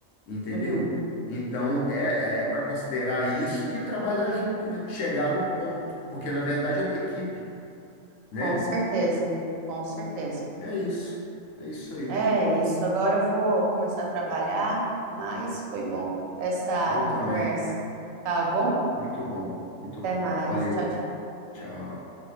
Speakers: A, on the left (about 70°); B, on the right (about 80°).
A: entendeu?
B: uhum.
A: Então é, é para considerar isso e trabalhar junto, né? Chegar no ponto, porque na verdade é uma equipe,
B: Com
A: né?
B: certeza, com certeza.
A: É isso. É isso aí.
B: É isso. Agora eu vou começar a trabalhar, mas foi bom essa
A: Eu também.
B: conversa. Tá bom?
A: Muito bom, muito bom.
B: Até mais.
A: Valeu.
B: Tchau, tchau.
A: Tchau.